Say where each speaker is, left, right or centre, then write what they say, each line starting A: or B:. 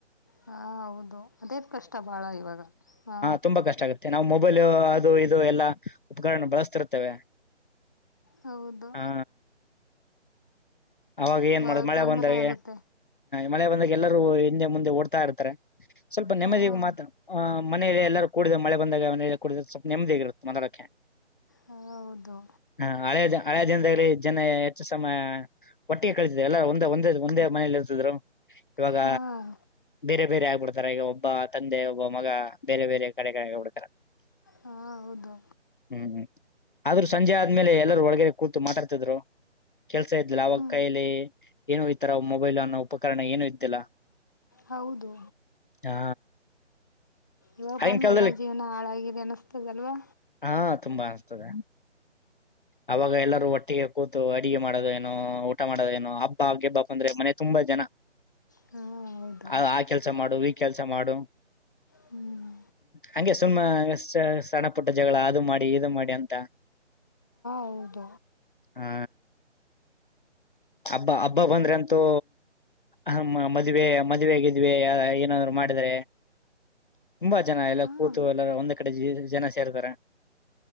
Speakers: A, on the left (about 15°); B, on the left (about 45°).
A: ಹಾ ಹೌದು ಅದೇ ಕಷ್ಟ ಬಾಳ ಇವಾಗ ಹಾ
B: ತುಂಬಾ ಕಷ್ಟ ಆಗುತ್ತೆ ನಾವು ಮೊಬೈಲ್ ಅದು ಇದು ಎಲ್ಲಾ ಉಪಕರಣನ ಬಳಸ್ತಿರ್ತೇವೆ
A: ಹೌದು
B: ಹಾ ಅವಾಗ ಏನ್
A: ಬಹಳ
B: ಮಾಡುದು ಮಳೆ
A: ತೊಂದರೆ
B: ಬಂದರೆ
A: ಆಗುತ್ತೆ
B: ಮಳೆ ಬಂದ ಎಲ್ಲರೂ ಹಿಂದೆ ಮುಂದೆ ಓಡ್ತಾ ಇರ್ತಾರೆ ಸ್ವಲ್ಪ
A: ಹಾಂ
B: ನೆದಿ ಮಾತ್ರ ಮನೆಯಲ್ಲಿ ಎಲ್ಲಾರೂ ಕಡಿದ ಮಳೆ ಬಂದಾಗ ಮನೆಯಲ್ಲಿ ಕೂಡಿದ್ರ ಸ್ವಲ್ಪ ನೆಮ್ಮದಿಯಾಗಿಿರುತ್ತೆ ಮೊಲಕ್ಕೆ
A: ಹೌದು
B: ಹಾ ಹಳೆ ಹಳೆ ದಿನದಲ್ಲಿ ಜನ ಹೆಚ್ಚು ಸಮಯ ಒಟ್ಟಿಗೆ ಕಳಿತರು ಎಲ್ಲ ಒಂದೇ ಒಂದೇ ಒಂದೇ ಮನಲಿ ಇರ್ತಿದ್ರು ಇವಾಗ
A: ಹಾಂ
B: ಬೇರೆ ಬೇರೆ ಆಗ್ಬಿಡ್ತಾರ ಈಗ ಒಬ್ಬ ತಂದೆ ಒಬ್ಬ ಮಗ ಬೇರೆ ಬೇರೆ ಕಡೆ ಕಡೆ ಆಗ್ಬಿಡ್ತಾರ <inaudible>
A: ಹಾಂ ಹೌದು
B: ಹ್ಮ್ ಆದ್ರೂ ಸಂಜೆ ಆದ್ಮೇಲೆ ಎಲ್ಲರೂ ಒಳಗಡೆ ಕೂತು ಮಾತಾಡ್ತಿದ್ರು ಕೆಲ್ಸ ಇದ್ದಿಲ್ಲ ಅವಾಗ
A: ಹ್ಞೂ
B: ಕೈಲಿ ಏನು ಈ ತರ ಮೊಬೈಲ್ ಅನ್ನೋ ಉಪಕರಣ ಏನು ಇದ್ದಿಲ್ಲ
A: ಹೌದು
B: ಹಾ
A: ಇವಾಗ
B: ಆಗಿನ
A: ಬಂದ
B: ಕಾಲದಲ್ಲಿ
A: ಎಲ್ಲಾ ಜೀವನ ಹಾಳಾಗಿದೆ ಅನಿಸತದಲ್ವಾ
B: ಹಾ ತುಂಬಾ ಅನ್ಸತದೆ ಅವಾಗ ಎಲ್ಲರೂ ಒಟ್ಟಿಗೆ ಕೂತು ಅಡಿಗೆ ಮಾಡೋದು ಏನೋ ಊಟ ಮಾಡೋದೇಏನೋ ಹಬ್ಬ ಗೆಬ್ಬಾ ಅಂದ್ರೆ ಮನೆ ತುಂಬಾ ಜನ
A: ಹಾಂ ಹೌದು
B: ಆ ಆ ಕೆಲ್ಸ ಮಾಡು ಈ ಕೆಲ್ಸ ಮಾಡು
A: ಹ್ಞೂ
B: ಹಗೆ ಸುಮ್ಮ್ ಎಷ್ಟ ಸಣ್ಣ ಪುಟ್ಟ ಜಗಳ ಅದು ಮಾಡಿ ಇದು ಮಾಡಿ ಅಂತ
A: ಹೌದ
B: ಹಾ ಹಬ್ಬಾ ಹಬ್ಬ ಬಂದ್ರೆ ಅಂತೂ ಹ ಮದ್ವೆ ಮದ್ವೆ ಗಿದ್ವಿ ಏನಾದ್ರು ಮಾಡಿದ್ರ ತುಂಬಾ ಜನ ಎಲ್ಲ
A: ಹಾಂ
B: ಕೂತು ಎಲ್ಲಾರ ಒಂದ್ ಕಡೆ ಜನ ಸೇರ್ತಾರೆ